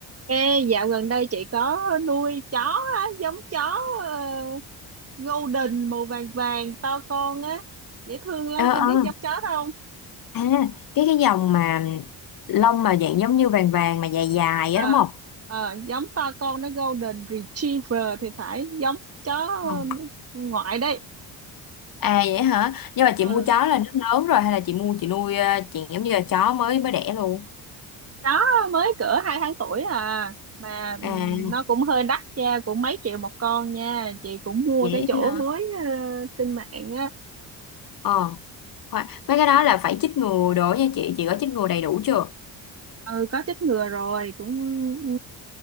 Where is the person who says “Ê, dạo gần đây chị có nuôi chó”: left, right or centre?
Right